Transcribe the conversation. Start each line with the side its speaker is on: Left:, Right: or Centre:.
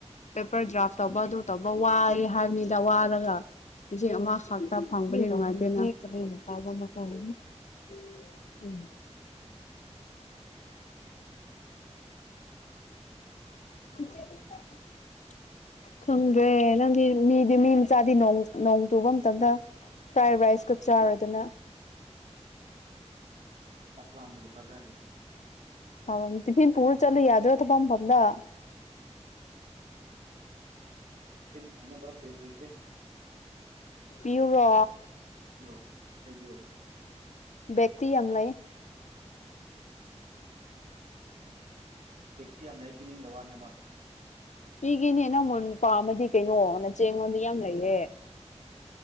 Left: ꯄꯦꯄꯔ ꯗ꯭ꯔꯥꯐ ꯇꯧꯕ ꯑꯗꯨ ꯇꯧꯕ ꯋꯥꯌꯦ ꯍꯥꯏꯕꯅꯤꯗ ꯋꯥꯔꯒ ꯂꯤꯁꯤꯡ ꯑꯃ ꯈꯥꯛꯇ ꯐꯪꯕꯗꯤ ꯅꯨꯡꯉꯥꯏꯇꯦꯅ <unintelligible> ꯎꯝ <inaudible> ꯈꯪꯗ꯭ꯔꯦ ꯅꯪꯗꯤ ꯃꯤꯗꯤ ꯃꯤ ꯃꯆꯥꯗꯤ ꯅꯣꯡ ꯅꯣꯡ ꯆꯨꯕ ꯃꯇꯝꯗ ꯐ꯭ꯔꯥꯏ ꯔꯥꯏꯁꯀ ꯆꯥꯔꯗꯅ
Right: ꯆꯥꯛ ꯂꯥꯝꯕꯒꯤ ꯆꯥꯖꯔꯤꯅꯤ
Left: ꯇꯧꯔꯝꯅꯤ ꯇꯤꯐꯤꯟ ꯄꯨꯔ ꯆꯠꯂꯨ ꯌꯥꯗ꯭ꯔꯣ ꯊꯕꯛ ꯃꯐꯝꯗ <inaudible>
Right: ꯇꯤꯐꯤꯟ <unintelligible> ꯐꯥꯎꯅꯕ ꯕꯤꯠ ꯂꯩꯇꯦ
Left: ꯄꯤꯌꯨꯔꯣ
Right: ꯄꯤꯌꯣ ꯂꯩꯕꯤꯌꯣ
Left: ꯕꯦꯛꯇꯤ ꯌꯥꯝ ꯂꯩ
Right: ꯕꯤꯛꯇꯤ ꯌꯥꯝ ꯂꯩ ꯄꯤꯅꯤꯡꯗ ꯋꯥꯅꯦꯕ
Left: ꯑꯩꯒꯤꯅꯦ ꯅꯪꯃꯣꯟꯅ ꯄꯝꯃꯗꯤ ꯀꯩꯅꯣ ꯅꯆꯦ ꯑꯩꯉꯣꯟꯗ ꯌꯥꯝ ꯂꯩꯌꯦ